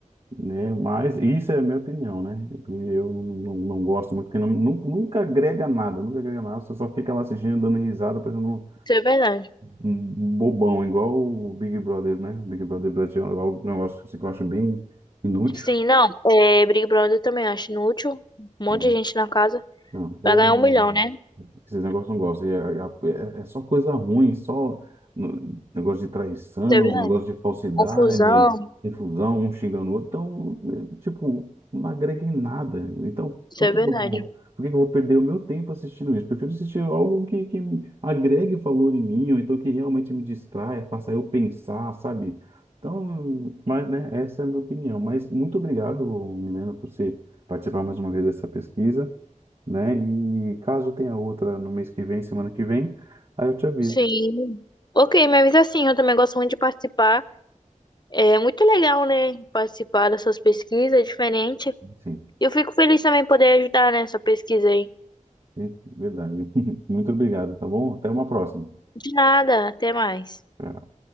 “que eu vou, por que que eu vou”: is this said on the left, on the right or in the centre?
Right